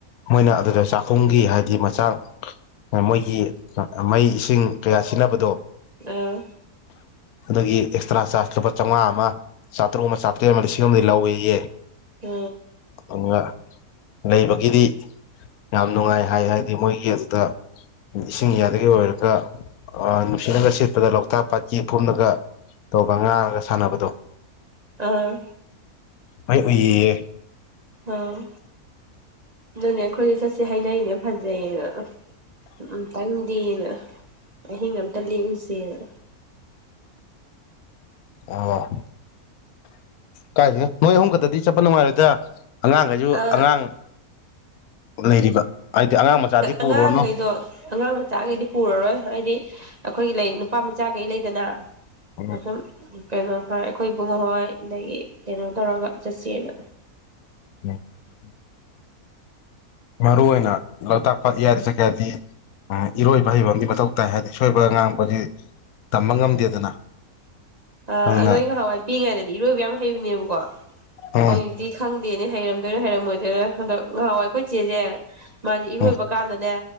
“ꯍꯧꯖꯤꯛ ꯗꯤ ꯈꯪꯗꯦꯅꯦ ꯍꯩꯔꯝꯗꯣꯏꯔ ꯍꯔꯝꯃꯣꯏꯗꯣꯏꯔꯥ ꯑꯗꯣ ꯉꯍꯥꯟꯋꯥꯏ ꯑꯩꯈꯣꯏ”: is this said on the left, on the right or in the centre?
Right